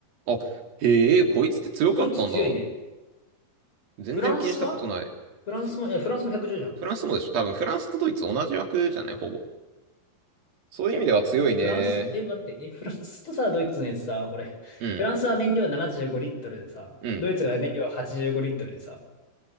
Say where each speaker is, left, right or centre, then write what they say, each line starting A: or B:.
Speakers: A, on the right; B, on the left.
A: あ、へえ、こいつって強かったんだ。
B: ドイツ強いね。
A: 全然気にしたことない。
B: フランスはフランスも、
A: フ、
B: え、フランスも110じゅうじゃん。
A: フランスもでしょ多分フランスとドイツ同じ枠じゃない、ほぼ。そういう意味では強いね。
B: え待って、フランス、え、待って、え、フランスとさ、ドイツのやつさ、これ、
A: うん、
B: フランスは燃料75リットルでさ、
A: うん。
B: ドイツが燃料85リットルでさ、